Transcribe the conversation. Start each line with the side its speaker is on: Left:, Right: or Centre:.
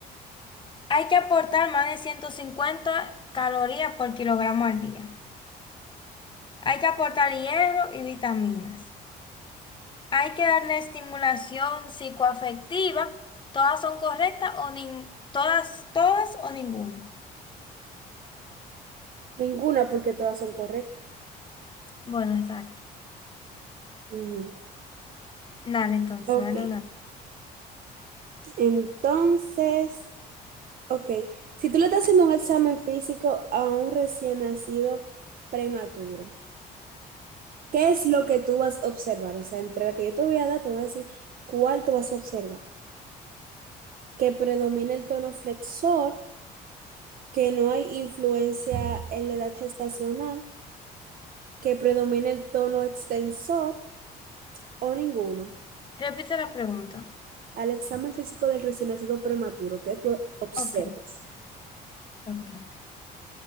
Left: hay que aportar más de 150 calorías por kilogramo al día. Hay que aportar hierro y vitaminas. Hay que darle estimulación psicoafectiva. Todas son correctas o nin- todas, todas o ninguna.
Right: Ninguna porque todas son correctas.
Left: Bueno, exacto.
Right: Ujú.
Left: Dale, entonces,
Right: Ok,
Left: dale una.
Right: entonces, ok, si tú le estás haciendo un examen físico a un recién nacido prematuro, ¿qué es lo que tú vas a observar? O sea, entre la que yo te voy a dar, tú vas a decir cuál tú vas a observar. Que predomina el tono flexor, que no hay influencia en la edad gestacional, que predomina el tono extensor, o ninguna,
Left: Repite la pregunta.
Right: al examen físico del recién nacido prematuro que tú observas,
Left: Ok, ok.